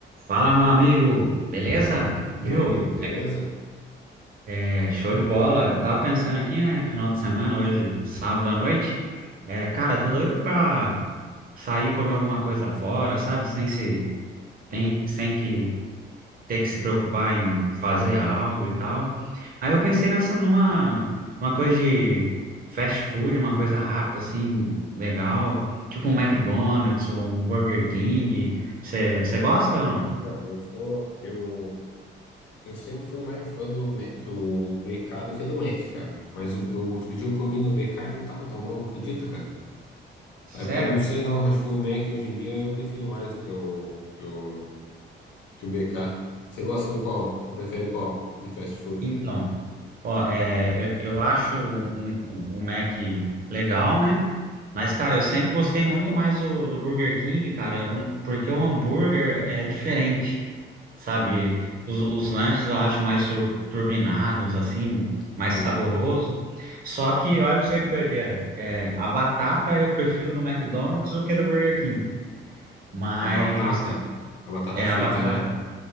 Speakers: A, on the right (about 45°); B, on the left (about 70°).
A: Fala, meu amigo, beleza?
B: Meu
A: Viu?
B: amigo, beleza?
A: É, show de bola. Tava pensando aqui, né? Final de semana, hoje, sábado à noite. É, cara, tô doido pra sair comer alguma coisa fora, sabe? Sem se, tem, sem que ter que se preocupar em fazer algo e tal. Aí eu pensei nessa, numa uma coisa de fast food, uma coisa rápida, assim, legal. Tipo um McDonald's, ou um Burger King. Você gosta ou não?
B: Mano, eu sou. Eu, eu sempre fui mais fã do, Me- do BK do que do Mac, cara. Mas o, eu- outro dia eu comi no BK e não tava tão bom, acredita, cara?
A: Sério?
B: Aí, pá, não sei não, acho que o Mac hoje em dia eu prefiro mais do que o, que o, que o BK. Você gosta do qual? Você prefere qual de fast food?
A: Então, ó, é, eu, eu acho um, um, um Mac legal, né? Mas, cara, eu sempre gostei muito mais o, do Burger King, cara, um- porque o hambúrguer é diferente, sabe?
B: Hum,
A: Os, os lanches eu acho mais tur- turbinados, assim, mais
B: entendi.
A: saboroso. Só que, olha pra você que doideira, é, a batata eu prefiro do McDonald's do que do Burger King. Mas,
B: A batata? A batata
A: é,
B: frita,
A: a batata,
B: né?